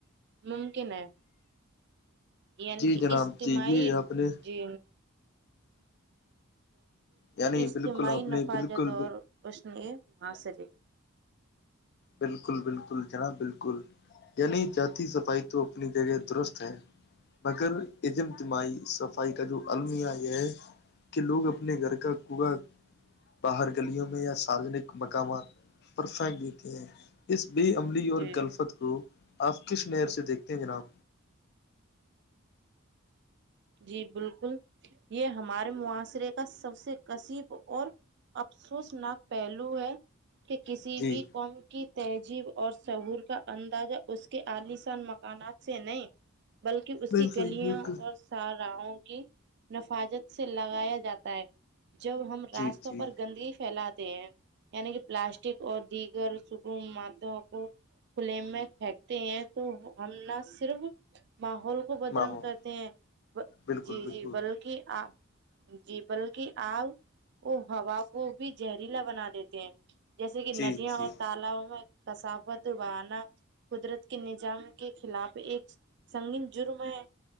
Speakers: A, on the right; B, on the left.
A: ممکن ہے یعنی
B: جی
A: کہ
B: جناب
A: اجتماعی
B: جی یہ آپ نے
A: جی
B: یعنی
A: اجتماعی
B: بالکل آپ
A: نفاجت
B: نے بالکل
A: اور اس نے ماسرے
B: بالکل بالکل جناب بالکل یعنی جاتی صفائی تو اپنی جگہ درست ہے مگر اجمتماعی صفائی کا جو المیہ یہ ہے کہ لوگ اپنے گھر کا کوڑا باہر گلیوں میں یا ساروجنک مقامات پر پھانیک اس بے عملی اور
A: جی
B: غلفت کو آپ کس نہر سے دیکھتے ہیں جناب
A: جی بالکل یہ ہمارے معاشرے کا سب سے قصب اور افسوسناک پہلو ہے کہ کسی
B: جی
A: بھی قوم کی تہذیب اور شہور کا اندازہ اس کے عالیسان مکانات سے نہیں بلکہ اس
B: بالکل
A: کی گلیاں
B: بالکل
A: اور سا راہو کی نفاجت سے لگایا جاتا ہے جب ہم راستوں
B: جی جی
A: پر گندگی پھیلاتے ہیں یعنی کہ پلاسٹک اور دیگر سکم معدوں کو کھلے میں پھینکتے ہیں تو ہم نہ صرف ماحول کو بدرنگ
B: میں ہوں
A: کرتے ہیں
B: بالکل
A: جی
B: بالکل
A: جی بلکہ آپ جی بلکہ آپ و ہوا کو بھی زہریلا بنا دیتے ہیں جیسے کہ
B: جی
A: ندیاں
B: جی
A: ہو تالابو میں کسافت بانہ قدرت کے نظام کے خلاف ایک سنگین جرم ہے